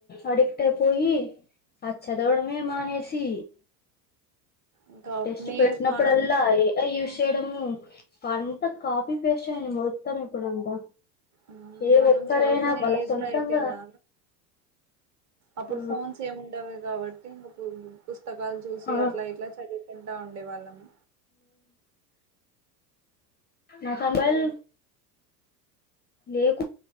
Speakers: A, on the left; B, on the right.
A: అడిక్ట్ అయిపోయి ఆ చదవడమే మానేసి
B: ఇంకా
A: టెస్ట్
B: మీ
A: పెట్నప్పుడుల్
B: మనం
A: అయ చెడము అంత కాపీ పేస్ట్ మొత్తమి ఇప్పుడంతా
B: ఆ
A: ఏ
B: మనం
A: ఒక్కరైనా
B: చదువుకునే
A: వాళ్ళ
B: ఏజ్
A: సొంతంగా
B: లో అయితేనా అప్పుడు
A: ఆ
B: ఫోన్స్ ఏమిండవి కాబట్టి ఇంక ఓహస్త పుస్తకాలు చూసి
A: ఆ
B: అట్లా ఇట్లా చదువుతుంటా ఉండే వాళ్ళము
A: నా మొబైల్
B: ఇంకా
A: లేక